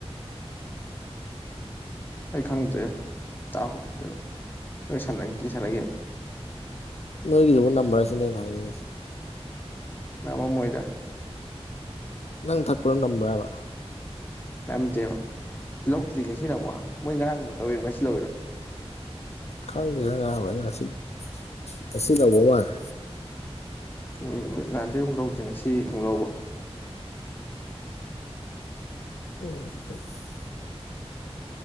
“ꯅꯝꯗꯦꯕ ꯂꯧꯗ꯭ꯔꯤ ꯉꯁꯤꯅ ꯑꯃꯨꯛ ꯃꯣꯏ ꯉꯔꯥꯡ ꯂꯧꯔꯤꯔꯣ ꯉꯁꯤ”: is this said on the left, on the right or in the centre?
Left